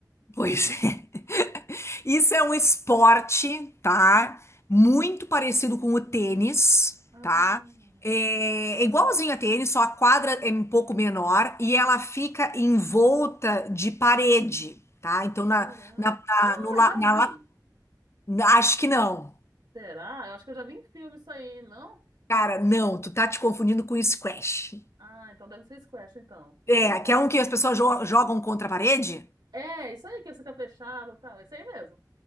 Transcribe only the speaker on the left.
Pois é. <laughs> Isso é um esporte, tá?
Muito parecido com o tênis,
tá? É é igualzinho a tênis, só a quadra é um pouco menor e ela fica envolta de parede, tá? Então, na,
na,
na, no, la-
na,
la- na- acho que não.
Cara, não, tu tá te confundindo com squash.
É, que é um que as pessoas jo- jogam contra a parede?